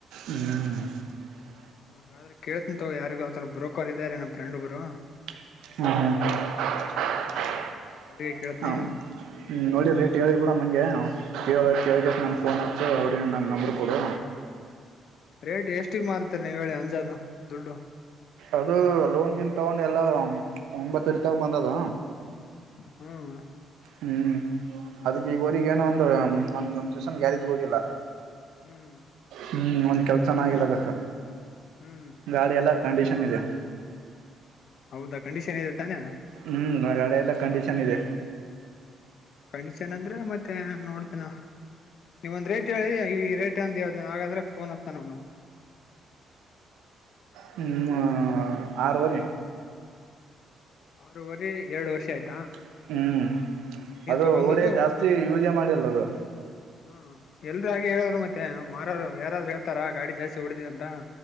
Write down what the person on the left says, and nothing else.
ಹಾಗಾದ್ರೆ ಕೇಳತೆನಿ ತೊಗೊ ಯಾರಿಗಾದರೂ ಬ್ರೋಕರ್ ಇದಾರೆ ನಮ್ಮ ಫ್ರೆಂಡ್ ಒಬ್ಬರು
ಅವ್ರಿಗೆ ಕೇಳ್ತನಿ
ಬೇಟಿ ಎಷ್ಟಿಗೆ ಮಾರ್ತರಿ ನೀವ ಹೇಳಿ ಅಂದಾಜು ದುಡ್ಡು
ಹ್ಮ್ <inaudible>
ಹ್ಮ್
ಹ್ಮ್
ಹೌದಾ ಕಂಡೀಷನ್ ಇದೆ ತಾನೇ
ಕಂಡೀಷನ್ ಅಂದ್ರೆ ಮತ್ತೆ ನೋಡತಿನಾಳ ನೀವ ಒಂದ್ ರೇಟ್ ಹೇಳಿ ಈ ರೇಟ್ ಅಂತ ಹಾಗಾದ್ರೆ ಫೋನ್ ಹಚ್ಚತನ ಅವನು
ಅರೂವರಿ ಎರಡು ವರ್ಷ ಆಯ್ತು
ತಗೊಂಡದು
ಹು ಎಲ್ರು ಹಾಗೆ ಹೇಳವರು ಮತ್ತೆ ಮಾರೋರೋ ಯಾರಾದ್ರೂ ಹೇಳ್ತಾರಾ ಗಾಡಿ ಜಾಸ್ತಿ ಹೊಡದಿದೆ ಅಂತ